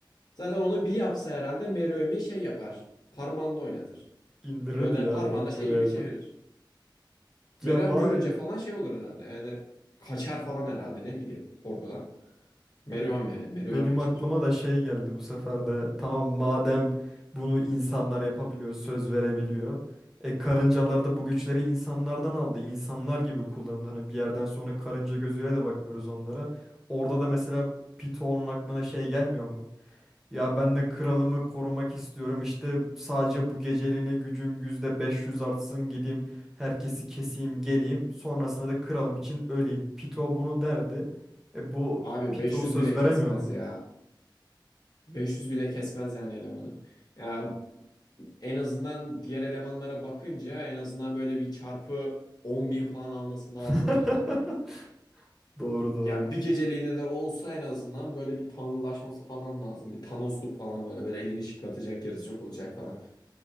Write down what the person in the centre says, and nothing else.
indirirdi
ya
direkt
Meruem'i.
Ya bari
Hani
benim
aklıma da şey geldi bu sefer de. Tamam madem bunu insanlar yapabiliyor, söz verebiliyor. E karıncalar da bu güçleri insanlardan aldı. İnsanlar gibi kullanıldı. Hani bir yerden sonra karınca gözüyle de bakmıyoruz onlara. Orada da mesela Pito'nun aklına şey gelmiyor mu? Ya ben de kralımı korumak istiyorum. İşte sadece bu geceliğine gücüm %500 artsın gideyim. Herkesi keseyim geleyim. Sonrasında da kralım için öleyim. Pito bunu derdi. E bu
Pito
söz
veremiyor
mu?
<laughs>
Doğru doğru.